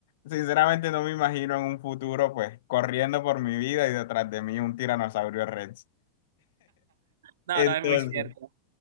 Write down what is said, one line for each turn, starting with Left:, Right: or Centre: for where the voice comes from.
Left: sinceramente no me imagino en un futuro pues corriendo por mi vida y detrás de mí un tiranosaurio Rex.
Right: No,
Left: Entonces
Right: no, es muy cierto.